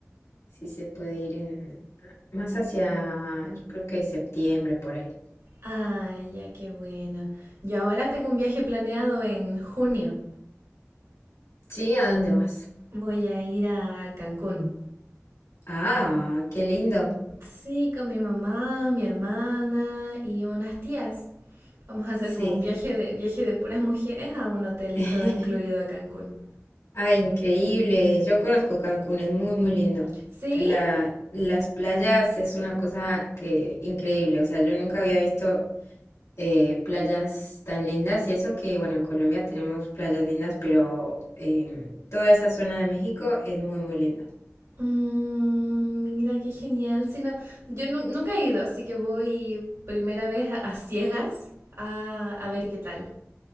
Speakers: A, on the left; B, on the right.
A: si se puede ir en a- más hacia, yo creo que septiembre por ahí.
B: Ay, ya, qué bueno. Yo ahora tengo un viaje planeado en junio.
A: Sí, ¿a dónde vas?
B: Voy a ir a Cancún.
A: Ah, qué lindo.
B: Sí, con mi mamá, mi hermana y unas tías. Vamos a hacer
A: Sí.
B: como un viaje de viaje de puras mujeres a un hotel
A: <laughs>
B: todo incluido a Cancún.
A: Ay, increíble. Yo conozco Cancún, es muy, muy lindo.
B: ¿Sí?
A: La, las playas es una cosa que increíble. O sea, yo nunca había visto eh, playas tan lindas y eso que, bueno, en Colombia tenemos playas lindas, pero em, toda esa zona de México es muy, muy linda.
B: Mm, mira qué genial. Si no, yo nu- nunca he ido, así que voy primera vez a, a ciegas a, a ver qué tal.